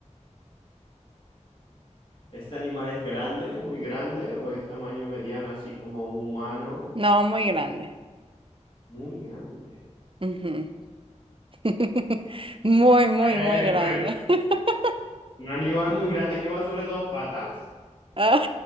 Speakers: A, on the left (about 40°); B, on the right (about 45°).
A: Este animal es grande, muy grande, o es tamaño mediano, así como un humano,
B: no, muy grande.
A: muy grande.
B: Ujú. <laughs> Muy, muy,
A: Eh,
B: muy grande.
A: pero,
B: <laughs>
A: Un animal muy grande que va sobre dos patas.
B: Ah,